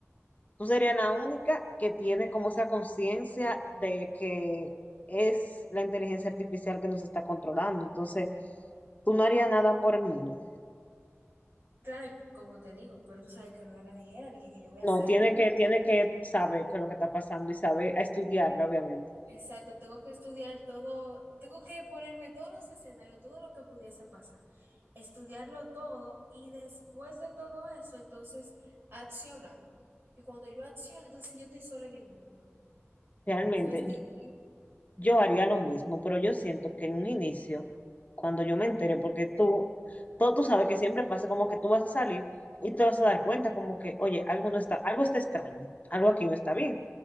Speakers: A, on the left; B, on the right.
A: Tú serías la única que tiene como esa conciencia de que es la inteligencia artificial que nos está controlando. Entonces, tú no harías nada por el mundo.
B: Claro, como te digo, pero tú sabes que no es a la ligera, dije que yo voy a
A: No,
B: salir.
A: tiene que, tiene que saber qué es lo que está pasando y saber a estudiarla, obviamente.
B: Exacto, tengo que estudiar todo, tengo que ponerme todos los escenarios, todo lo que pudiese pasar, estudiarlo todo y después de todo eso, entonces accionar. Y cuando yo acciono, entonces sí, yo estoy sola en el mundo.
A: Realmente,
B: Se me está yendo
A: Yo haría lo mismo, pero yo siento que en un inicio, cuando yo me entere, porque tú, todo tú sabes que siempre pasa como que tú vas a salir y te vas a dar cuenta como que, oye, algo no está, algo está extraño, algo aquí no está bien.